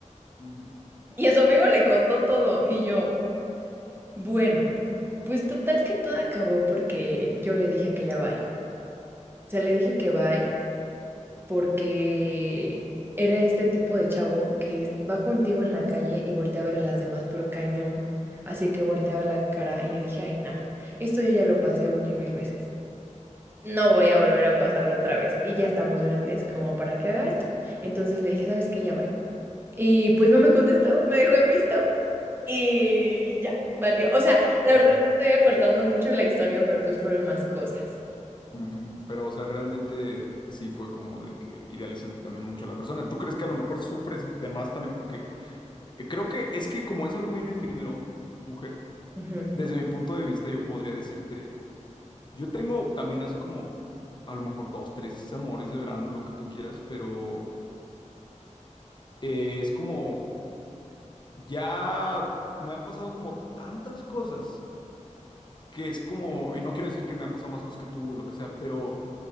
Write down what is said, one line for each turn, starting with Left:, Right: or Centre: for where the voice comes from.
Left: Ujú.
Right: Y a su amigo le contó todo y yo, bueno, pues total que todo acabó porque yo le dije que ya va. O sea, le dije que bye porque era este tipo de chavo que es- va contigo en la calle y voltea a ver a las demás, pero cañón. Así que volteaba la cara y yo dije, ay, no, esto yo ya lo pasé una y mil veces. No voy a volver a pasarlo otra vez. Y ya estamos grandes como para que haga esto. Entonces le dije, ¿sabes qué? Ya bye. Y pues no me contestó, me dejó en visto y ya, valió. O sea, la
Left: O
Right: verdad
Left: sea,
Right: es que estoy acortando mucho la historia, pero pues fueron más cosas.
Left: ujú. Pero, o sea, realmente sí fue como de que idealizaste también mucho a la persona. ¿Tú crees que a lo mejor sufres de más también? Porque eh, creo que es que como es algo bien efímero, mujer,
Right: Ujú.
Left: desde mi punto de vista yo podría decirte. Yo tengo también así como a lo mejor dos, tres amores de verano, lo que tú quieras, pero eh, es como ya me han pasado como tantas cosas que es como, y no quiero decir que me han pasado más cosas que tú o lo que sea, pero